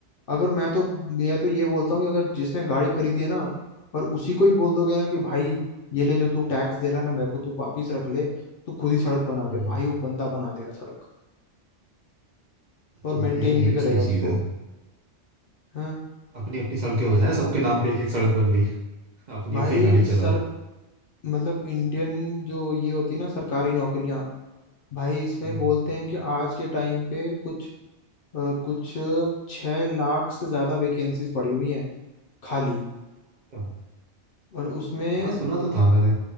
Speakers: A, on the left; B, on the right.
A: अगर मैं तो मैं तो ये बोलता हूँ कि अगर जिसने गाड़ी खरीदी है ना और उसी को ही बोल दोगे ना कि भाई ये ले जो तू टैक्स दे रहा है ना मेरे को तू वापिस रख ले तू खुद ही सड़क बना
B: हम्म
A: दे भाई वो बंदा बना देगा सड़क और
B: हाँ
A: मेंटेन
B: यार ये
A: भी
B: भी
A: करेगा
B: सही
A: उसको
B: चीज है
A: हाँ
B: अपनी अपनी सड़कें हो जाए सबके नाम पे एक एक सड़क बन गई <laughs> अपनी
A: भाई
B: अपनी गाड़ी
A: सर
B: चलाओ
A: मतलब इंडियन जो ये होती है ना सरकारी नौकरियां भाई इसमें
B: हम्म
A: बोलते हैं कि आज के टाइम पे कुछ अ, कुछ छह लाख से ज्यादा वैकेंसीज पड़ी हुई हैं खाली
B: क्या?
A: और उसमें
B: हाँ सुना तो था मैंने